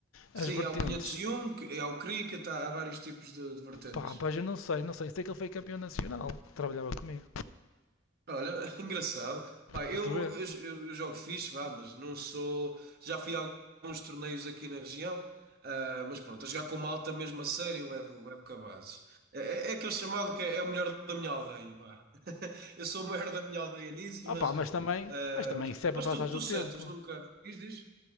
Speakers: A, on the left; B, on the right.
A: as
B: Sim,
A: vertentes.
B: há o 501, que- há o cricket, há, há vários tipos de, de vertentes.
A: Pá, pois eu não sei, não sei. Sei que ele foi campeão nacional, que trabalhava comigo,
B: Olha, <laughs> engraçado. Pá, eu,
A: para tu ver.
B: eu, eu jogo fixe, vá, mas não sou. Já fui a alguns torneios aqui na região, ah, mas pronto, a jogar com malta mesmo a sério, levo, levo cabazes. É, é é aquele chamado que é, é o melhor da minha aldeia, vá. <laughs> Eu sou o maior da minha aldeia nisso,
A: Ah
B: mas.
A: pá, mas também,
B: ah,
A: mas também
B: mas,
A: isso é para
B: mas
A: passar
B: tu, tu
A: o tempo.
B: setas, nunca. Diz, diz?